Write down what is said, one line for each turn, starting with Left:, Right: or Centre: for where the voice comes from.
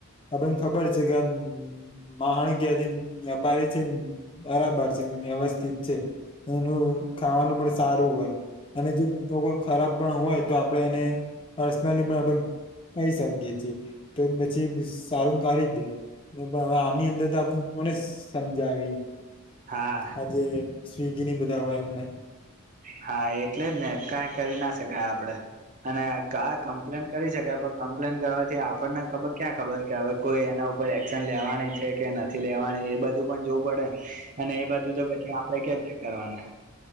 Left: આપણને ખબર છે કે આમ માણગ્યાથી વેપારી છે એમ બરાબર છે વ્યવસ્થિત છે. એનું ખાવાનું પણ સારું હોય અને જો ખરાબ પણ હોય તો આપડે એને પર્સનલી પણ આપડ કહી શકીએ છીએ તો પછી સારું કાઢી જ દે. ને બા વા આની અંદર તો આપડે કોને સમજાવીએ.
Right: હા
Left: આજે સ્વિગીની બધા હોય એમને.
Right: હા એટલે જ ને કઈ કરી ના શકાય આપડે અને કા કમ્પ્લેન કરી શકેાય પણ કમ્પ્લેન કરવાથી આપણને ખબર ક્યાં ખબર કે હવે કોઈ એના ઉપર એક્શન લેવાની છે કે નથી નથી લેવાની એ બધું પણ જોવું પડે ને અને એ બધું તો પછી આપડે ક્યા ચેક કરવાના.